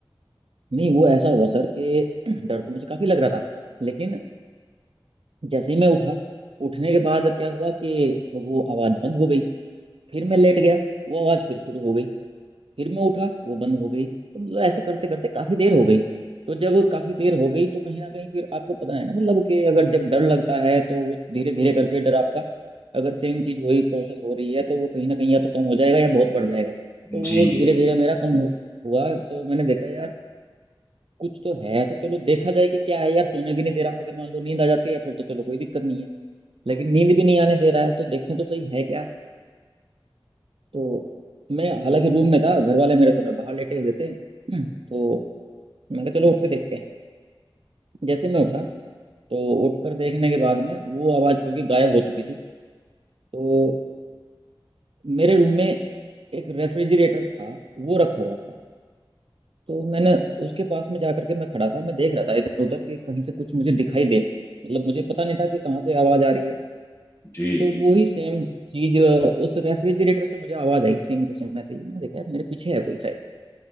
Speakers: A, on the right; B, on the left.
A: नहीं वो ऐसा हुआ सर कि डर तो मुझे काफी लग रहा था लेकिन जैसे ही मैं उठा उठने के बाद क्या हुआ कि वो आवाज बंद हो गई फिर मैं लेट गया वो आवाज फिर शुरू हो गई फिर मैं उठा वो बंद हो गई तो मतलब ऐसे करते करते काफी देर हो गई तो जब काफी देर हो गई तो कहीं ना कहीं फिर आपको पता है ना मतलब कि अगर जब डर लगता है तो धीरे धीरे करके डर आपका अगर सेम चीज वही प्रोसेस हो रही है तो वो कहीं ना कहीं या तो कम हो जाएगा या बहुत बढ़ जाएगा तो
B: जी
A: वो धीरे
B: जी
A: धीरे मेरा कम हो- हुआ तो मैंने देखा यार कुछ तो है ऐसा चलो देखा जाए कि क्या है यार सोने भी नहीं दे रहा अगर मान लो नींद आ जाती है फिर तो चलो कोई दिक्कत नहीं है लेकिन नींद भी नहीं आने दे रहा है तो देखें तो सही है क्या तो मैं हालांकि रूम में था घर वाले मेरे थोड़ा बाहर लेटे हुए थे <clears throat> तो मैं कहा चलो उठ के देखते हैं जैसे मैं उठा तो उठकर देखने के बाद में वो आवाज़ क्योंकि गायब हो चुकी थी तो मेरे रूम में एक रेफ्रिजरेटर था वो रखा हुआ था तो मैंने उसके पास में जाकर के मैं खड़ा था मैं देख रहा था इधर उधर कि कहीं से कुछ मुझे दिखाई दे मतलब मुझे पता नहीं था कि कहाँ से आवाज़ आ रही है
B: जी
A: तो वही सेम चीज उस रेफ्रिजरेटर से मुझे आवाज आई सेम टू सेम ऐसे ही मैंने देखा यार मेरे पीछे है कोई शायद